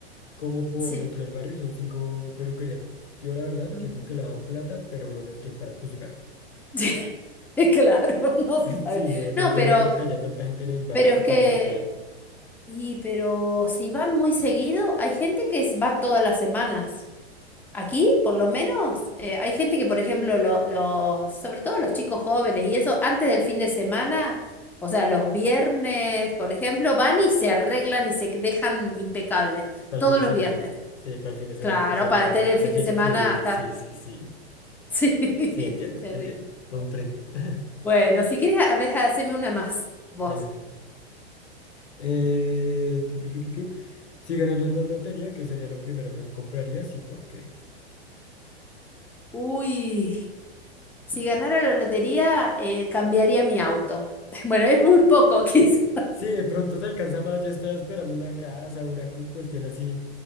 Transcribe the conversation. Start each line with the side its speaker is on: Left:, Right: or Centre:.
Left: como por
Centre: sí.
Left: dentro del barrio y son cinco peluquerías. Yo la verdad
Centre: ujú.
Left: pienso que lavan plata, pero uno no es quien para juzgar.
Centre: <laughs> Claro, <laughs> no se
Left: <laughs>
Centre: sabe.
Left: Sí, no, yo,
Centre: No,
Left: yo
Centre: pero,
Left: no creo que haya tanta gente en el barrio
Centre: pero es
Left: para
Centre: que...
Left: cortar pelo.
Centre: Y pero si van muy seguido, hay gente que es- va todas las semanas. Aquí, por lo menos, eh, hay gente que, por ejemplo, lo- los, sobre todo los chicos jóvenes y eso, antes del fin de semana, o sea, los viernes, por ejemplo, van y se arreglan y se dejan impecables
Left: Para
Centre: todos
Left: el fin de
Centre: los
Left: semana.
Centre: viernes.
Left: Sí, para el fin de semana,
Centre: Claro,
Left: para salir
Centre: para
Left: a,
Centre: tener el
Left: de
Centre: fin
Left: fiesta.
Centre: de semana
Left: Sí,
Centre: a estar.
Left: sí,
Centre: <laughs>
Left: sí, sí.
Centre: Sí,
Left: Sí, entiendo,
Centre: terrible.
Left: entiendo. Comprendo. <laughs>
Centre: Bueno, si quieres, a ver, haceme una más, vos.
Left: Dale, dale. Eh, tu, tu, tu, tu, tu. Si ganaras la lotería, ¿qué sería lo primero que comprarías y por qué?
Centre: Uy, si ganara la lotería, eh, cambiaría mi auto. <laughs> Bueno, es muy poco, <laughs> quizás.
Left: Sí, de pronto te alcanza más. Yo estaba esperando una casa, una cu- cuestión así.